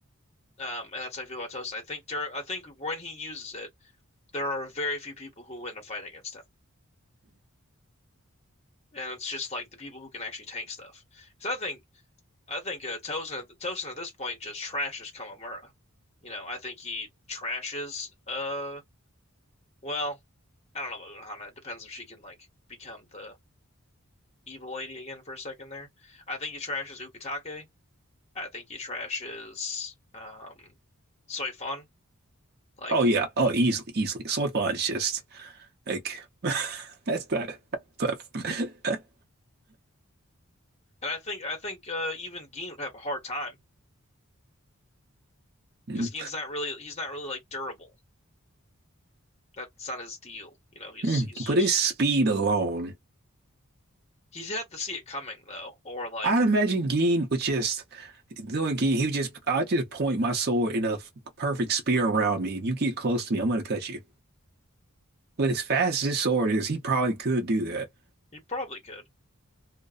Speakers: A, on the left; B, on the right.
A: um, and that's how I feel about Tosin. I think during, I think when he uses it, there are very few people who win a fight against him, and it's just like the people who can actually tank stuff. Because I think I think uh, Tosin Tosin at this point just trashes Kamamura. You know, I think he trashes uh Well, I don't know about Unohana. It depends if she can like become the evil lady again for a second there. I think he trashes Ukitake. I think he trashes um Soifun. Like
B: Oh yeah. Oh, easily, easily. So far, it's just like <laughs> that's not that's not. <laughs>
A: and I think I think uh, even Gin would have a hard time
B: Mm.
A: because Gin's not really he's not really like durable. That's not his deal. You know, he's
B: Mm.
A: he's just
B: But his speed alone.
A: he'd have to see it coming though, or like
B: I'd imagine Gene would just doing Gene, he would just I'd just point my sword in a f- perfect spear around me. If you get close to me, I'm gonna cut you. But as fast as his sword is, he probably could do that.
A: he probably could.